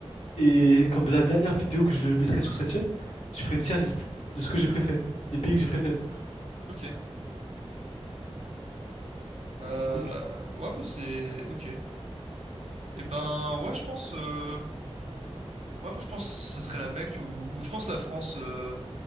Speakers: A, on the left; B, on the right.
A: Et comme la dernière vidéo que je mettrai sur cette chaîne, je ferai une tier list de ce que j'ai préféré, des pays que j'ai préférés.
B: ok. Euh,
A: Ok.
B: ouais, bah c'est... Ok. Et ben, ouais, je pense... euh, Ouais, moi, je pense que ça serait la Mecque, tu vois, ou, ou je pense la France euh,